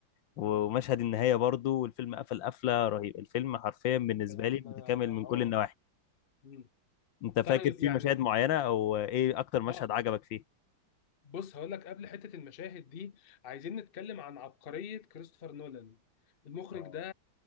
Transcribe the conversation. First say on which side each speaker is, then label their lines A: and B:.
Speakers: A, on the left; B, on the left.
A: ومشهد
B: امم
A: النهاية برضه والفيلم قفل قفلة رهيبة الفيلم حرفيا بالنسبة
B: القفله
A: لي متكامل
B: اه
A: من كل النواحي
B: امم
A: أنت فاكر
B: طيب
A: فيه
B: يعني
A: مشاهد معينة أو إيه أكتر مشهد
B: اه
A: عجبك فيه؟
B: بص هقول لك قبل حتة المشاهد دي عايزين نتكلم عن عبقرية كريستوفر نولان المخرج
A: آه.
B: ده